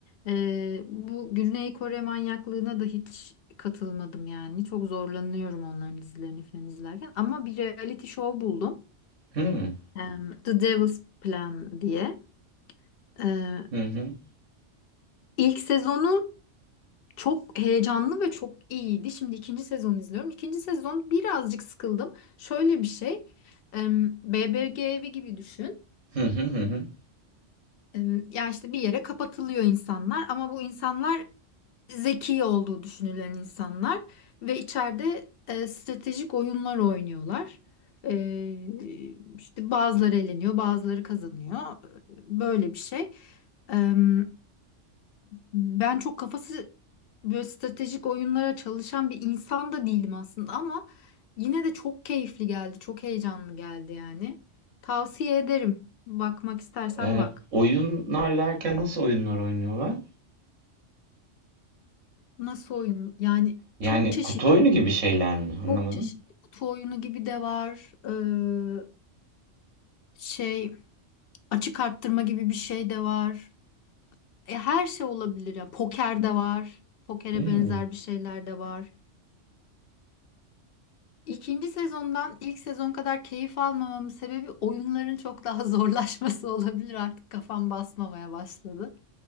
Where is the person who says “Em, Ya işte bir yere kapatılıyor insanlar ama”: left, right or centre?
Left